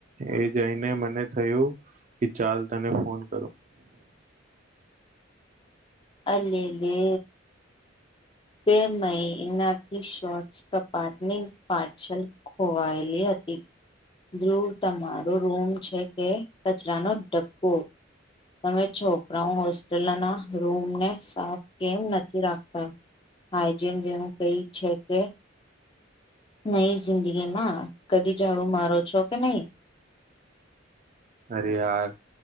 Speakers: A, on the right (about 40°); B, on the left (about 25°).
A: એ જઈને મને થયું કે ચાલ તને ફોન કરો
B: અલે લે બે મ એનાથી શોટસ કપાટની પાછલ ખોવાયેલી હત ધ્રુવ તમારો રૂમ છે કે કચરાનો ડકો. તમે છોકરાઓ હોસ્ટેલના રૂમને સાફ કેમ નથી રાખતા. હઇજીન જેવું કઈ છે કે નહી જિંદગીમાં કદી જાડું મારો છો કે નહીં.
A: અરે યાર.